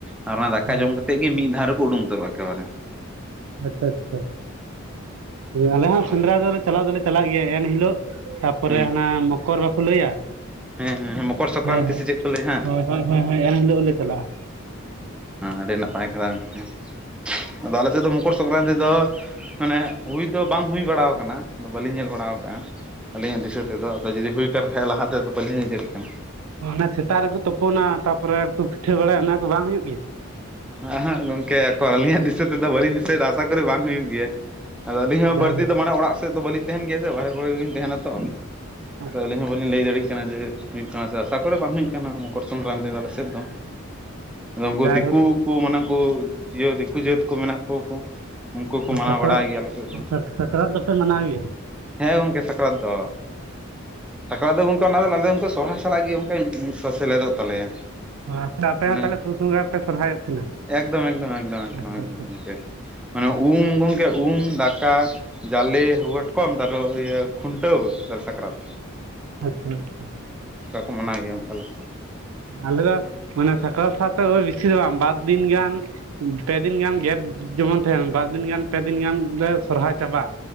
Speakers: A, in the centre; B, on the right.
A: ᱟᱨ ᱚᱱᱟ ᱫᱟᱠᱟ
B: ᱚ
A: ᱡᱚᱢ ᱠᱟᱛᱮ ᱜᱮ ᱢᱤᱫ ᱫᱷᱟᱣ ᱨᱮᱠᱚ ᱩᱰᱩᱝ ᱩᱛᱟᱹᱨᱚᱜ ᱟᱠᱚ ᱮᱠᱮ ᱵᱟᱨᱮ
B: ᱟᱪᱪᱷᱟ ᱟᱪᱪᱷᱟ
A: ᱦᱩᱸ
B: ᱟᱞᱮ ᱦᱚᱸ ᱥᱮᱸᱫᱽᱨᱟ ᱫᱚ ᱞᱮ ᱪᱟᱞᱟᱣ ᱫᱚᱞᱮ ᱪᱟᱞᱟᱜ ᱜᱮᱭᱟ ᱮᱱᱦᱤᱞᱳᱜ ᱛᱟᱨᱯᱚᱨᱮ
A: ᱦᱮᱸ
B: ᱦᱟᱱᱟ ᱢᱚᱠᱚᱨ ᱵᱟᱠᱚ ᱞᱟᱹᱭᱟ
A: ᱦᱮᱸ ᱦᱮᱸ ᱢᱚᱠᱚᱨ ᱥᱚᱠᱨᱟᱱᱛᱤ
B: ᱦᱳᱭ ᱦᱳᱭ
A: ᱥᱮ ᱪᱮᱫ ᱠᱚ ᱞᱟᱹᱭ ᱦᱟᱸᱜ
B: ᱦᱳᱭ ᱦᱳᱭ ᱦᱳᱭ ᱮᱱᱤᱞᱳᱜ ᱞᱮ ᱪᱟᱞᱟᱜᱼᱟ
A: ᱟᱹᱰᱤ ᱱᱟᱯᱟᱭ ᱠᱟᱛᱷᱟ ᱜᱚᱢᱠᱮ ᱟᱫᱚ ᱟᱞᱮ ᱥᱮᱫ ᱫᱚ ᱢᱚᱠᱚᱨ ᱥᱚᱝᱠᱨᱟᱱᱛᱤ ᱫᱚ ᱢᱟᱱᱮ ᱦᱩᱭ ᱫᱚ ᱵᱟᱝ ᱦᱩᱭ ᱵᱟᱲᱟᱣ ᱠᱟᱱᱟ ᱟᱫᱚ ᱵᱟᱹᱞᱤᱧ ᱧᱮᱞ ᱵᱟᱲᱟ ᱠᱟᱜᱼᱟ ᱟᱹᱞᱤᱧᱟᱜ ᱫᱤᱥᱟᱹ ᱛᱮᱫᱚ ᱟᱫᱚ ᱡᱩᱫᱤ ᱦᱩᱭᱠᱟᱱ ᱠᱷᱟᱸᱡ ᱞᱟᱦᱟᱛᱮᱫ ᱵᱟᱹᱞᱤᱧ ᱞᱟᱹᱭ ᱫᱟᱲᱮᱭᱟᱜ ᱠᱟᱱᱟ
B: ᱚᱱᱟ ᱥᱮᱛᱟᱜ ᱨᱮᱠᱚ ᱛᱩᱯᱚᱱᱟ ᱛᱟᱯᱚᱨᱮ ᱠᱚ ᱯᱤᱴᱷᱟᱹ ᱵᱟᱲᱟᱭᱟ ᱚᱱᱟ ᱠᱚ ᱵᱟᱝ ᱦᱩᱭᱩᱜ ᱜᱮᱭᱟ
A: ᱮᱦᱟᱸᱜ ᱜᱚᱢᱠᱮ ᱚᱠᱚᱨ ᱟᱹᱞᱤᱧᱟᱜ ᱫᱤᱥᱟᱹ ᱛᱮᱫᱚ ᱵᱟᱹᱞᱤᱧ ᱫᱤᱥᱟᱹᱭᱮᱫᱟ ᱟᱥᱟ ᱠᱚᱨᱮ ᱵᱟᱝ ᱦᱩᱭᱩᱜ ᱜᱮᱭᱟ ᱟᱫᱚ ᱟᱹᱞᱤᱧ ᱦᱚᱸ
B: ᱡᱟᱭᱦᱳᱠ
A: ᱵᱟᱹᱲᱛᱤ ᱫᱚ ᱢᱟᱱᱮ ᱚᱲᱟᱜ ᱥᱮᱫ ᱫᱚ ᱵᱟᱹᱞᱤᱧ ᱛᱟᱦᱮᱱ ᱜᱮᱭᱟ ᱥᱮ ᱵᱟᱦᱨᱮ ᱠᱚᱨᱮ ᱜᱮᱞᱤᱧ ᱛᱟᱦᱮᱱᱟ ᱛᱚ
B: ᱟᱪᱪᱷᱟ
A: ᱟᱹᱞᱤᱧ ᱦᱚᱸ ᱵᱟᱞᱤᱧ ᱞᱟᱹᱭ ᱫᱟᱲᱭᱟᱜ ᱠᱟᱱᱟ ᱡᱮ ᱦᱩᱭᱩᱜ ᱠᱟᱱᱟ ᱥᱮ ᱟᱥᱟ ᱠᱚᱨᱮ ᱵᱟᱝ ᱦᱩᱭᱩᱜ ᱠᱟᱱᱟ ᱢᱚᱠᱚᱨ ᱥᱚᱝᱠᱨᱟᱱᱛᱤᱮ ᱯᱟᱞᱮ ᱥᱮᱫ ᱫᱚ ᱟᱫᱚ ᱩᱱᱠᱩ
B: ᱡᱟᱭᱦᱳᱠ
A: ᱫᱤᱠᱩ ᱩᱱᱠᱩ ᱢᱟᱱᱮ ᱠᱚ ᱤᱭᱟᱹ ᱫᱤᱠᱩ ᱡᱟᱹᱛ ᱠᱚ ᱢᱮᱱᱟᱜ ᱠᱚᱣᱟ ᱠᱚ ᱩᱱᱠᱩ ᱠᱚ ᱢᱟᱱᱟᱣ
B: ᱥᱟᱠᱨᱟᱛ
A: ᱵᱟᱲᱟᱭ ᱜᱮᱭᱟ ᱟᱞᱮ ᱥᱮᱫ ᱫᱚ
B: ᱥᱟᱠᱨᱟᱛ ᱫᱚᱯᱮ ᱢᱟᱱᱟᱣ ᱜᱮᱭᱟ?
A: ᱦᱮᱸ ᱜᱚᱢᱠᱮ ᱥᱟᱠᱨᱟᱛ ᱫᱚ ᱥᱟᱠᱨᱟᱛ ᱫᱚ ᱜᱚᱢᱠᱟ ᱚᱱᱟ ᱫᱚ ᱟᱞᱮ ᱫᱚ ᱩᱱ ᱥᱚᱨᱦᱟᱭ ᱥᱟᱞᱟᱜ ᱜᱮ ᱚᱱᱠᱟ ᱥᱮᱞᱮᱫᱚᱜ ᱛᱟᱞᱮᱭᱟ
B: <unintelligible>
A: ᱢᱟᱱᱮ
B: ᱯᱩᱥ ᱵᱚᱸᱜᱟ ᱯᱮ ᱥᱚᱨᱦᱟᱭᱚᱜ ᱛᱟᱦᱮᱱᱟ?
A: ᱮᱠᱫᱚᱢ ᱮᱠᱫᱚᱢ ᱮᱠᱫᱚᱢ ᱮᱠᱫᱚᱢ
B: ᱟᱪᱪᱷᱟ
A: ᱮᱠᱫᱚᱢ
B: ᱟᱪᱪᱷᱟ
A: ᱜᱚᱝᱠᱮ ᱢᱟᱱᱮ ᱩᱢ ᱜᱚᱢᱠᱮ ᱩᱢ ᱫᱟᱠᱟ ᱡᱟᱞᱤ ᱦᱟᱠᱟᱴᱠᱚᱢ ᱛᱟᱨ ᱤᱭᱟᱹ ᱠᱷᱩᱱᱴᱟᱹᱣ ᱛᱟᱨ ᱥᱟᱠᱨᱟᱛ
B: ᱟᱪᱪᱷᱟ ᱟᱪᱪᱷᱟ
A: ᱚᱱᱠᱟ ᱠᱚ ᱢᱟᱱᱟᱣ ᱜᱮᱭᱟ ᱜᱚᱝᱠᱮ ᱟᱞᱮ ᱥᱮᱫ ᱦᱚᱸ
B: ᱟᱞᱮ ᱫᱚ ᱢᱟᱱᱮ ᱥᱟᱠᱨᱟᱛ ᱥᱟᱶᱛᱮ ᱵᱮᱥᱤ ᱫᱚ ᱵᱟᱝ ᱵᱟᱨ ᱫᱤᱱ ᱜᱟᱱ ᱯᱮ ᱫᱤᱱ ᱜᱟᱱ ᱜᱮᱫ ᱡᱮᱢᱚᱱ ᱛᱟᱦᱮᱱ ᱵᱟᱨ ᱫᱤᱱ ᱜᱟᱱ ᱯᱮ ᱫᱤᱱ ᱜᱟᱱ ᱞᱮ ᱥᱚᱨᱦᱟᱭ ᱪᱟᱵᱟᱜ